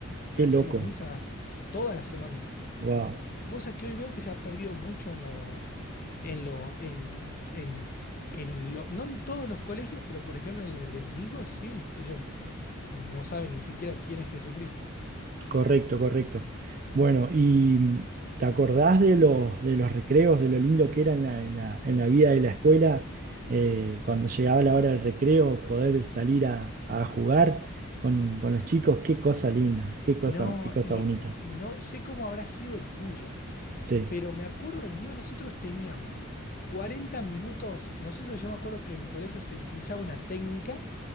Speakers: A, on the left; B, on the right.
A: Y
B: qué
A: hacíamos
B: loco.
A: misas todas las semanas.
B: Wow.
A: Cosa que hoy veo que se ha perdido mucho en lo, en lo, en, en, en lo- no en todos los colegios, pero por ejemplo en el de mis hijos, sí, ellos no saben ni siquiera quién es Jesucristo.
B: Correcto, correcto. Bueno, y mm, ¿te acordás de los, de los recreos, de lo lindo que era en la, en la- en la vida de la escuela? Eh, cuando llegaba la hora del recreo, poder salir a, a jugar con, con los chicos, qué cosa linda, qué cosa,
A: No,
B: qué cosa
A: y
B: bonita.
A: no sé cómo habrá sido el tuyo.
B: Sí,
A: Pero me acuerdo del mío, nosotros teníamos 40 minutos. Nosotros, yo me acuerdo que en mi colegio se utilizaba una técnica